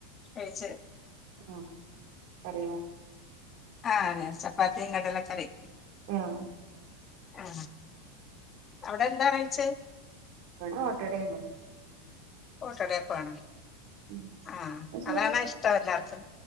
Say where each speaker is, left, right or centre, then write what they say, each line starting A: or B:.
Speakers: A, on the left (about 30°); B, on the right (about 65°).
A: എയ്ചൽ
B: ആഹ് പറയോ
A: ആഹ് ചപ്പാത്തി കടലകറിം
B: ആഹ്
A: ഹാ അവിടെ എന്താ കയിച്ചേ
B: ഇവടെ ഓട്ടടേനു
A: ഓട്ടടയപാണ്
B: ഉം
A: ആഹ്
B: ന്നാ ശരി
A: അതണെ ഇഷ്ടം എല്ലാർക്കും